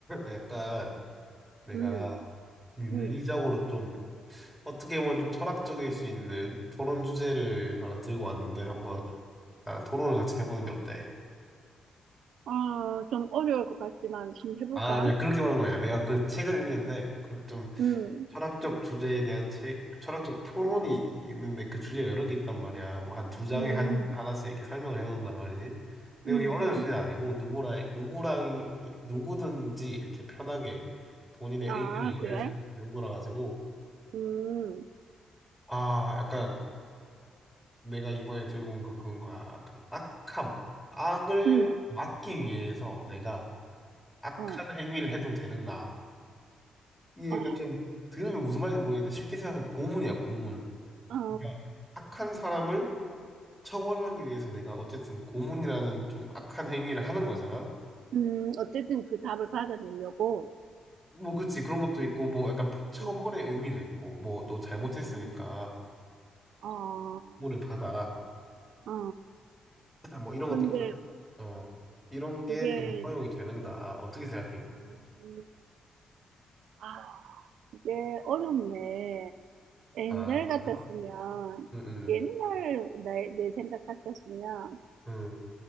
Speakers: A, in the centre; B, on the right.
A: 약간 내가
B: 음,
A: 윤리적으로
B: 음.
A: 좀 어떻게 보면 좀 철학적일 수 있는 토론 주제를 하나 들고 왔는데 한번 아, 토론을 같이 해보는 게 어때?
B: 아, 좀 어려울 것 같지만 좀 해볼까?
A: 아, 아니야. 그렇게 말한 거 아니야. 내가 그 책을 읽는데 그 좀
B: 음,
A: 철학적 주제에 대한 책, 철학적 토론이 있는데 그 주제가 여러 개 있단 말이야. 뭐 한 두 장에
B: 음,
A: 한 하나씩 이렇게 설명을 해놓는단 말이지. 근데
B: 음,
A: 여기 어려운 주제는 아니고 누구랑 누구랑 누구든지 이렇게 편하게 본인의
B: 음. 아,
A: 의견을 얘기할
B: 그래?
A: 수 있는 정도라 가지고
B: 음,
A: 아, 약간 내가 이번에 들고 온 거 그건 거야. 약간 악함. 악을
B: 음,
A: 막기 위해서 내가 악한
B: 어,
A: 행위를 해도 되는가. 이게
B: 아,
A: 약간 좀 들으면 무슨 말인지 모르겠는데 쉽게 생각하면 고문이야, 고문.
B: 아,
A: 그러니까 악한 사람을 처벌하기 위해서 내가 어쨌든 고문이라는 좀 악한 행위를 하는 거잖아.
B: 음, 어쨌든 그 답을 받아내려고.
A: 뭐 그치 그런 것도 있고 뭐 약간 부- 처벌의
B: 음,
A: 의미도 있고 뭐 너 잘못했으니까
B: 음. 어,
A: 고문을 받아라.
B: 어.
A: <clears throat> 아, 뭐 이런
B: 근데
A: 것도 있잖아. 어. 이런 게
B: 그게,
A: 좀 허용이 되는가? 어떻게 생각해
B: 음,
A: 이거?
B: 아, 이게 어렵네. 옛날
A: 아, 그런가?
B: 같았으면,
A: 응, 응,
B: 옛날 내, 내 생각 같았으면,
A: 응,